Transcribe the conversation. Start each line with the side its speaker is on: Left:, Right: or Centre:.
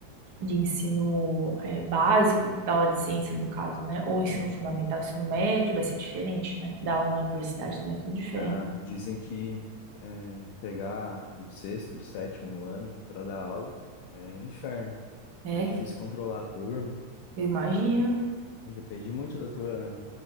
Right: de ensino eh, básico, da aula de ciências, no caso, né? Ou ensino
Left: Uhum.
Right: fundamental, ensino médio, vai ser diferente, né? Da aula na universidade também é tudo diferente.
Left: Ah, dizem que é, pegar o sexto, o sétimo ano para dar aula é um inferno,
Right: É,
Left: que é difícil controlar a turma.
Right: eu imagino.
Left: Depende muito da tua